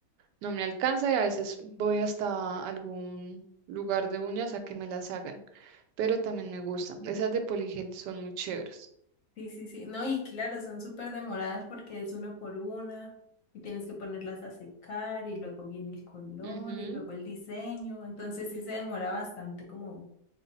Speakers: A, on the right; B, on the left.
A: no me alcanza y a veces voy hasta algún lugar de uñas a que me las hagan, pero también me gusta. Esas de poligel son muy chéveres.
B: Sí, sí, sí. No, y claro, son súper demoradas porque es una por una y tienes que ponerlas a secar y luego viene el color
A: Ujú.
B: y luego el diseño. Entonces sí se demora bastante como,